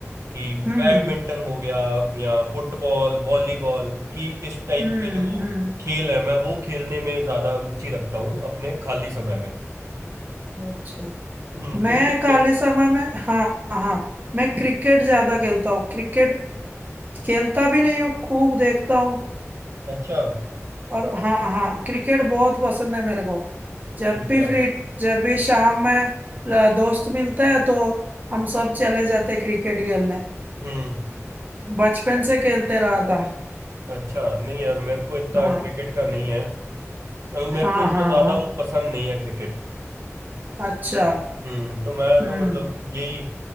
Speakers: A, on the right; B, on the right.
A: कि
B: हम्म
A: बैडमिंटन हो गया या फुटबॉल वॉलीबॉल कि इस टाइप
B: हम्म
A: के जो
B: हम्म,
A: खेल है मैं वो खेलने में ज़्यादा रुचि रखता हूँ अपने खाली समय में
B: अच्छा
A: हम्म
B: मैं
A: तुम क्या
B: खाली
A: खेल
B: समय में हाँ हाँ मैं क्रिकेट ज्यादा खेलता हूँ क्रिकेट खेलता भी नहीं हूँ खूब देखता हूँ
A: अच्छा
B: और हाँ हाँ क्रिकेट बहुत पसंद है मेरे को जब
A: ठीक
B: भी
A: है
B: फ्री जब भी शाम में ल- दोस्त मिलता है तो हम सब चले जाते क्रिकेट खेलने
A: हम्म
B: बचपन से खेलते रहा था
A: अच्छा नहीं यार मेरे को इतना
B: हाँ
A: क्रिकेट का नहीं है अ, मेरे
B: हाँ
A: को इतना
B: हाँ
A: ज्यादा
B: हाँ
A: वो पसंद नहीं है क्रिकेट
B: अच्छा
A: हम्म तो मैं
B: हम्म
A: तो मतलब यही